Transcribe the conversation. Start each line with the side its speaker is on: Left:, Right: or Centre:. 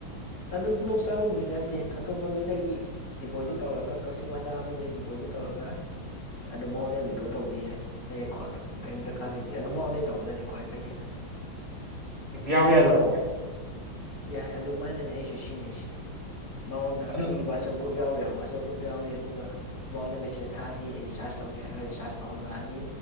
Left: ꯑꯗꯨ ꯕ꯭ꯂꯣꯛ ꯆꯥꯕꯕꯨꯗꯤ ꯅꯠꯇꯦ ꯑꯇꯣꯞꯄ ꯃꯤꯗꯒꯤ ꯗꯤꯄꯣꯖꯤꯠ ꯇꯧꯔꯒ ꯀꯛꯆꯤꯡ ꯃꯆꯥ ꯑꯃꯗꯒꯤ ꯗꯤꯄꯣꯖꯤꯠ ꯇꯧꯔꯒ ꯑꯗꯨ ꯃꯥꯥꯉꫭꯟꯗꯩ ꯋꯤꯗ꯭ꯔꯣ ꯇꯧꯕꯗꯤ ꯌꯥꯏ ꯅꯪ ꯑꯦꯀꯥꯎꯟꯗꯣ ꯀꯔꯤꯝ ꯗꯔꯀꯥꯔ ꯂꯩꯇꯦ ꯑꯗꯨ ꯃꯥꯅ ꯇꯧꯕꯅꯅꯤ ꯈ꯭ꯋꯥꯏ ꯐꯩ ꯍꯦꯟꯅ꯫
Right: ꯏꯁ ꯌꯥꯕꯨ ꯌꯥꯗꫭꯔꯅꯦ꯫
Left: ꯌꯥꯏ ꯑꯗꯨꯃꯥꯏꯅꯅꯦ ꯑꯩꯁꯨ ꯁꯤꯖꯤꯟꯅꯩꯁꯤ꯫ ꯃꯥꯉꫭꯟꯗ
Right: ꯑꯗꯨ
Left: ꯑꯩ ꯋꯥꯆꯞ ꯒ꯭ꯔꯨꯞ ꯌꯥꯎꯔꯦꯕ ꯋꯥꯆꯞ ꯒ꯭ꯔꯨꯞ ꯌꯥꯎꯔꯤ ꯑꯗꯨꯒ ꯃꯥꯉꯣꯟꯗ ꯃꯦꯁꯦꯁ ꯊꯥꯅꯤ ꯔꯤꯆꯥꯔꯖ ꯇꯧꯒꯦ ꯍꯥꯏꯔꯒ ꯔꯤꯆꯥꯔꯖ ꯇꯧꯍꯜꯂꯛꯑꯅꯤ